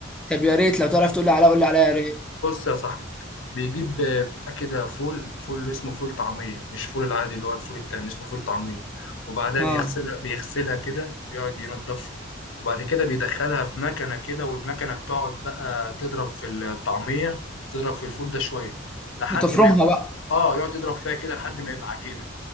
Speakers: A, in the centre; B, on the left (about 75°).
A: طب يا ريت لو تعرف تقول لي عليها قول لي عليها يا ريت
B: بص يا صاحبي بيجيب آه، بتاع كده فول فول اسمه فول طعميه مش فول العادي اللي هو الفول التاني اسمه فول طعميه وبعدها
A: اه
B: بيغسلها بيغسلها كده ويقعد ينضف وبعد كده بيدخلها في مكنه كده والمكنه بتقعد بقى تضرب في الطعميه تضرب في الفول ده شويه لحد
A: بتفرمها
B: ما يبقى
A: بقى
B: اه يقعد يضرب فيها كده لحد ما يبقى عجينه